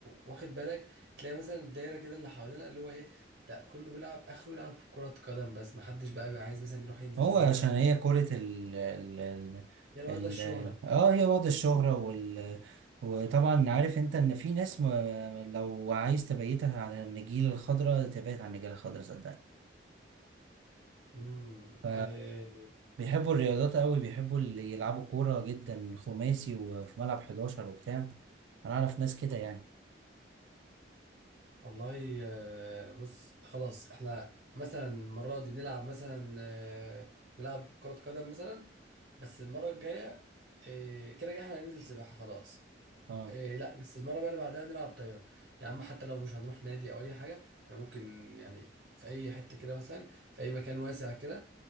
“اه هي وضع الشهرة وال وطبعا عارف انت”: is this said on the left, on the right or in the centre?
Right